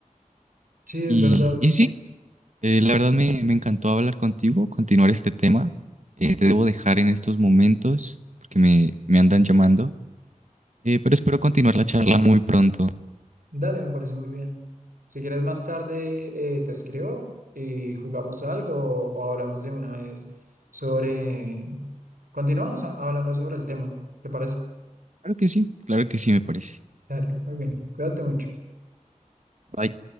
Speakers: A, on the right (about 85°); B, on the right (about 60°).
A: sí, es
B: Y,
A: verdad.
B: y sí, Eh, la verdad me, me encantó hablar contigo, continuar este tema. Eh, te debo dejar en estos momentos porque me, me andan llamando, Eh, pero espero continuar la charla muy pronto.
A: Dale, me parece muy bien. Si quieres más tarde, eh, te escribo y jugamos algo o, o hablamos de una vez sobre... Continuamos a- hablando sobre el tema, ¿te parece?
B: Claro que sí, claro que sí, me parece.
A: Dale, muy bien. Cuídate mucho.
B: Bye.